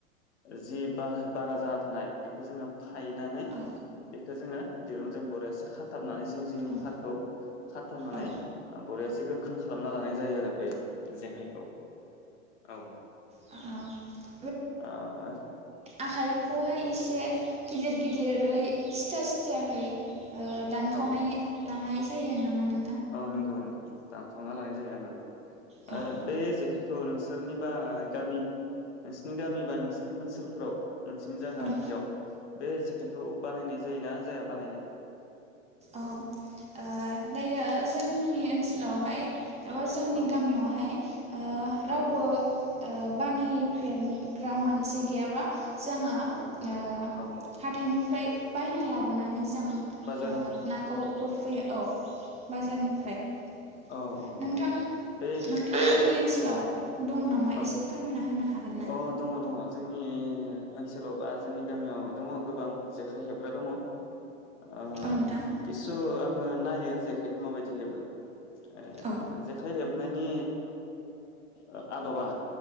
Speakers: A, on the left; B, on the right.
A: जि बाहा बारा जाना थानाय बेखौ जोङो फायनानै बे
B: औ
A: बेखौ जोङो दिरुंजों बरयासे खाथाबनानै जिं जिंनि
B: औ
A: फारखौ खाथाबनानै
B: औ
A: बर एसे गोख्रों खालामना लानाय जायो आरो बे जेखाइखौ औ
B: आ
A: आ-रो
B: आखाइखौहाय एसे गिदिर गिदिरै सिथा सिथाहै ओ दानखावनाय
A: औ
B: लानाय जायो नामा नों
A: औ नंगौ नंगौ दानखांना लानाय जायो नंगौ
B: औ
A: ओ बे जेखाय खौ नोंसोरनिबा गामि नोंसोरनि गामिबा नों ओनसोलफ्राव नोंसोरनि जागायाव
B: औ
A: बे जेखाइ बेखौ बानायनाय जायोना जाया बानायनाय?
B: औ ओ‌ दायो जोंनि ओनसोलावहाय एबा जोंनि
A: औ
B: गामियावहाय ओ
A: औ
B: रावबो ओ बानायफेरग्रा मानसि गैयाबा जोङो
A: औ
B: ओ
A: औ औ
B: हाथाइनिफ्राय बायना लाबोनानै जा
A: बाजार
B: नाखौ गुरफैयो औ बाजारनि ओमफ्राय
A: औ
B: नोंथां
A: औ
B: नोंथांमोननि
A: बे जे औ
B: ओनसोलाव दं नामा
A: औ
B: एसे फोरमायना हो होनो हागोन ना?
A: अ दङ दङ जोंनि ओनसोलाव बा जोंनि गामियाव दङ। गोबां जेखाइ हेबग्रा दङ ओ
B: औ नोंथां
A: खिसु आङो नायो जेखाइखौ माबायदि हेबो ए
B: औ
A: जेखाइ हेब बानायनि ओ आदबा